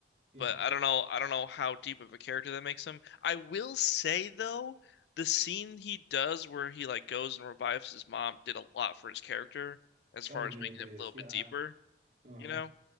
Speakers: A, on the right; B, on the left.
A: Yeah.
B: but I don't know. I don't know how deep of a character that makes him. I will say though, the scene he does where he like goes and revives his mom did a lot for his character as far
A: Oh yeah,
B: as making
A: it is.
B: him a little bit
A: Yeah.
B: deeper.
A: Uh-huh.
B: You know,